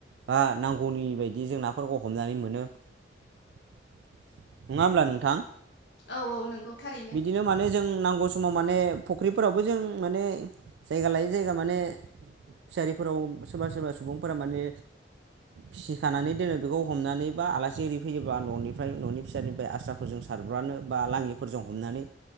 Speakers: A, on the right; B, on the left.
A: बा नांगौनि बायदि जों नाफोरखौ हमनानै मोनो। नङा होमब्ला नोंथां
B: औ औ नंगौ थारैनो
A: बिदिनो माने जों नांगौ समाव माने फख्रिफोरावबो जों माने जायगा लायै जायगा माने सारिफोराव सोरबा सोरबा सुबुंफोरा माने फिसिखानानै दोनो बेखौ हमनानै बा आलासि इरि फैयो बा न'निफ्राय न'नि फिसानिफ्राय आस्राफोरजों सारब्रानो बा लाङिफोरजों हमनानै